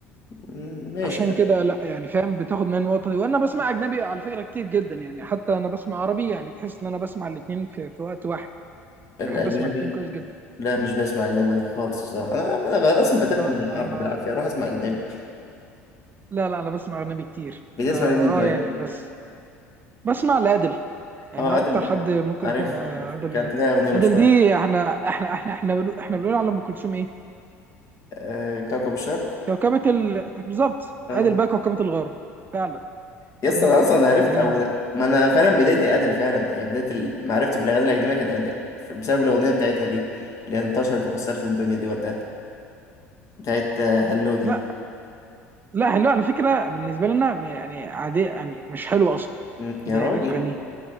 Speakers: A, on the left; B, on the right.
A: مم، ماشي
B: عشان
A: لأ.
B: كده لا يعني فاهم بتاخد مني وقت وانا بسمع اجنبي على فكره كتير جدا يعني حتى انا بسمع عربي يعني تحس ان انا بسمع الاثنين في, في وقت واحد
A: الأجنبي
B: بحب اسمع الاثنين كويس جدا
A: لا مش بسمع أجنبي أنا خالص الصراحة أنا أنا أنا أصلا بترجم
B: لا
A: العربي
B: انا
A: بالعافية أروح أسمع أجنبي
B: لا لا انا بسمع اجنبي كتير
A: بتسمع
B: فا
A: لمين
B: اه
A: طيب؟
B: يعني بس بسمع لأدل يعني
A: أه عادل
B: اكتر
A: ده
B: حد ممكن
A: عارف
B: يكون آه،
A: عارف
B: أدل
A: كانت لها أغنية مشهورة
B: أدل دي احنا احنا احنا احنا بنقول احنا بنقول على ام كلثوم ايه
A: آه كوكب الشرق
B: كوكبة ال... بالظبط
A: أه
B: أدل بقى كوكبة الغرب فعلا
A: يس
B: فاهمني
A: انا اصلا عرفت
B: يعني
A: او
B: هي
A: ما انا فعلا بدايتي ادل فعلا هي بدايه ال- معرفتي بالاغاني الاكاديميه كان ادل ف- بسبب الاغنيه بتاعتها دي اللي هي انتشرت وكسرت الدنيا دي وقتها بتاعت آه، هلو دي
B: لا لا حلو على فكرة بالنسبة لنا يعني عادية يعني مش حلوة اصلا
A: مم. يا
B: زي
A: راجل
B: بقية اغانيها